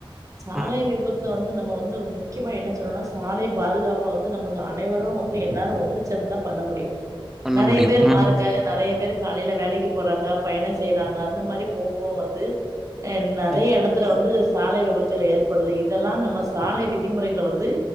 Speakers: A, on the right; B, in the centre.
A: சாலை
B: ம்
A: விபத்த வந்து நம்ப வந்து உ முக்கியமா என்ன சொல்லனுனா சாலை பாதுகாப்ப வந்து நமது அனைவரு வந்து எல்லாரு ஒண்ணு சேந்துதா பண்ண முடியு
B: பண்ண
A: நெறைய
B: முடியும்
A: வேர்
B: ம்
A: பாருங்க நெறைய பேர் காலைல வேலைக்கு போறாங்க பயணம் செய்யிறாங்க அந்த மாதிரி போம் போது வந்து என் நெறைய
B: ம்
A: எடத் த்துல வந்து சாலை விபத்துகள் ஏற்படுது இதெல்லா நம்ம சாலை விதிமுறைகளை வந்து